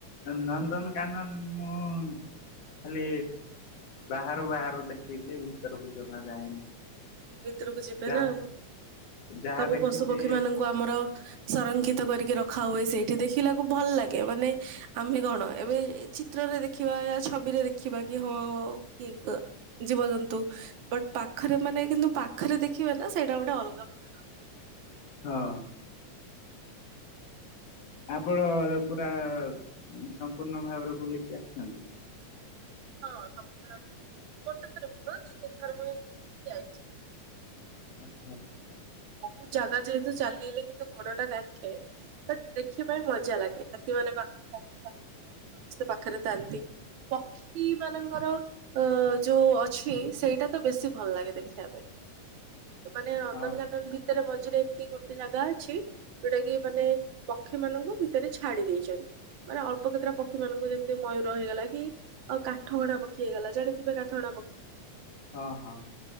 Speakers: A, on the left; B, on the right.
A: ନନ୍ଦନକାନନ ମୁଁ ଖାଲି ବାହାରୁ ବାହାରୁ ଦେଖିଛି ଭିତରକୁ ଜମା ଯାଇନି।
B: ଭିତରକୁ ଯିବେ
A: ଯାହା
B: ନା ଆଉ
A: ଯାହା
B: ସବୁ
A: ଦେଖିଛି
B: ପଶୁ ପକ୍ଷୀ ମାନଙ୍କୁ ଆମର ସଂରକ୍ଷିତ କରିକି ରଖା ହୁଏ ସେଇଠି ଦେଖିଲାକୁ ଭଲ ଲାଗେ ମାନେ ଆମେ କଣ ଏବେ ଚିତ୍ରରେ ଦେଖିବା ଛବିରେ ଦେଖିବା କି ହଁ ଆଉ କି ଅ ଜୀବଜନ୍ତୁ ବଟ ପାଖରେ ମାନେ କିନ୍ତୁ ପାଖରେ ଦେଖିବେ ନା ସେଇଟା ଗୋଟେ ଅଲଗା ପ୍ରକାର। ହଁ।
A: ହଁ। ଆପଣ ପୁରା ସମ୍ପୂର୍ଣ୍ଣ ଭାବରେ ବୁଲିକି ଆସିଛନ୍ତି।
B: ହଁ ସଂପୂର୍ଣ୍ଣ ଭାବରେ ଗୋଟେ ଥର ବି ନୁହଁ ଦି ତିନିଥର ଭଳିଆ ମୁଁ ଏମିତି ଯାଇଛି।
A: ଆଚ୍ଛା।
B: ବହୁତ ଜାଗା ଯେହେତୁ ଚାଲିିଲି କିନ୍ତୁ ଗୋଡଟା ଦାଖେ ଦେଖିବା ପାଇଁ ମଜା ଲାଗେ ହାତୀ ମାନେ ପାଖରେ ଥାନ୍ତି ବାଘ ସମସ୍ତେ ପାଖରେ ଥାଆନ୍ତି। ପକ୍ଷୀ ମାନଙ୍କର, ଅ ଯୋଉ ଅଛି, ସେଇଟା ତ ବେଶୀ ଭଲ ଲାଗେ ଦେଖିବା ପାଇଁ। ମାନେ ନନ୍ଦନକାନନ
A: ହଁ
B: ଭିତରେ ମଝିରେ ଏମିତି ଗୋଟେ ଜାଗା ଅଛି, ଯୋଉଟା କି ମାନେ ପକ୍ଷୀ ମାନଙ୍କୁ ଭିତରେ ଛାଡି ଦେଇଛନ୍ତି। ମାନେ ଅଳ୍ପ କେତେଟା ପକ୍ଷୀ ମାନଙ୍କୁ ଯେମିତି ମୟୂର ହେଇଗଲା କି। ଆଉ କାଠହଣା ପକ୍ଷୀ ହେଇଗଲା, ଜାଣିଥିବେ କାଠହଣା ପକ୍ଷୀ।
A: ହଁ ହଁ,